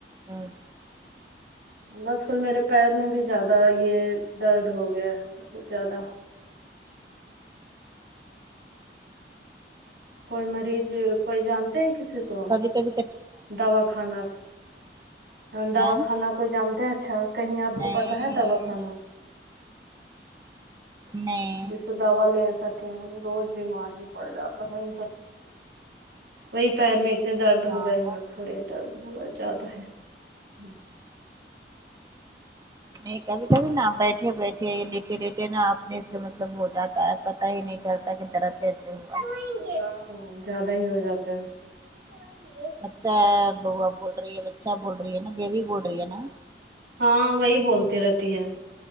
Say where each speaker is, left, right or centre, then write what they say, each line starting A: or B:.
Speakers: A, on the right; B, on the right.
A: تب
B: آج کل میرے پیر میں بھی زیادہ یہ درد ہو گیا ہے بہت زیادہ کوئی مریض کوئی جانتے ہیں کسی کو
A: لیکن
B: دواخانہ ہاں دواخانہ
A: ہے
B: کوئی جانتے ہیں اچھا کہیں آپ کو
A: نہیں
B: پتا ہے دوا خانہ
A: نئی
B: جس سے دوا لے سکے روز بیمار ہی پڑ جاتا ہے صح وہی پیر میں اتنے درد
A: ہاں
B: ہو گئے نا
A: وہ
B: تھوڑے درد ہوا جیادہ ہے ہوں
A: نہیں کبھی کبھی نا بیٹھے بیٹھے لیٹے لیٹے نا اپنے سے مطلب وہ جاتا ہے پتا ہی نہیں چلتا کہ درد کیسے ہوا
B: چھوئیں ہاں زیادہ ہی ہو جاتے ہیں
A: اچھا بوا بول رہی ہے بچا بول رہی ہے نا بیوی بول رہی ہے نا
B: ہاں وہی بولتی رہتی ہے